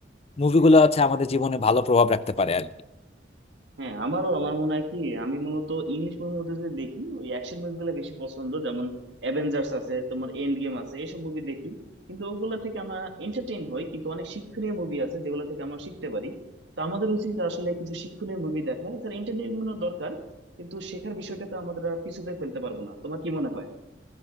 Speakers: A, on the left (about 35°); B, on the right (about 80°).
A: মুভিগুলো হচ্ছে আমাদের জীবনে ভালো প্রভাব রাখতে পারে আর কি
B: হ্যাঁ আমারও আমার মনে হয় কি আমি মূলত ইংলিশ মুভির মধ্যে যদি দেখি ওই অ্যাকশন মুভিগুলো বেশি পছন্দ যেমন অ্যাভেঞ্জার্স আছে তোমার এন্ড গেম আছে এইসব মুভি দেখি কিন্তু ওগুলো থেকে আমরা এন্টারটেইন হই কিন্তু অনেক শিক্ষণীয় মুভি আছে যেগুলো থেকে আমরা শিখতে পারি তো আমাদের উচিত আসলে কিছু শিক্ষণীয় মুভি দেখা এছাড়া এন্টারটেইনমেন্টও দরকার কিন্তু শেখার বিষয়টাকে আমাদের আর পিছুতে ফেলতে পারবো না তোমার কি মনে হয়